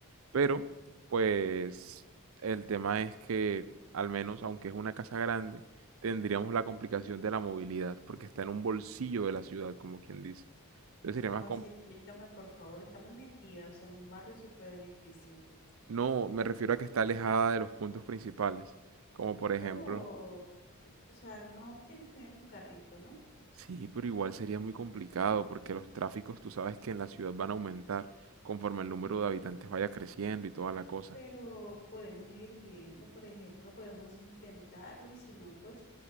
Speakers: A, on the right; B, on the left.
A: Pero pues el tema es que al menos, aunque es una casa grande, tendríamos la complicación de la movilidad porque está en un bolsillo de la ciudad, como quien dice. Entonces sería
B: ¿Cómo
A: más
B: así? Explícame, por favor, está muy metida, o sea, en un barrio súper difícil,
A: No, me refiero a que está alejada de los puntos principales, como por ejemplo,
B: pero, o sea, no quieres tener un carrito, ¿no?
A: sí, pero igual sería muy complicado porque los tráficos, tú sabes que en la ciudad van a aumentar conforme el número de habitantes vaya creciendo y toda la cosa.
B: pero podemos ir viendo, por ejemplo, podemos intentarlo y si no, pues